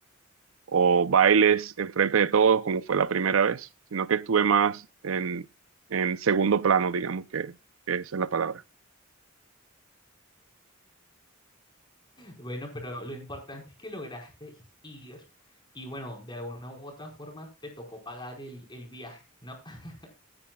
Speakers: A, on the right; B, on the left.
A: o bailes enfrente de todos, como fue la primera vez, sino que estuve más en, en segundo plano, digamos que, que esa es la palabra.
B: Bueno, pero lo importante es que lograste ir y bueno, de alguna u otra forma te tocó pagar el, el viaje, ¿no? <laughs>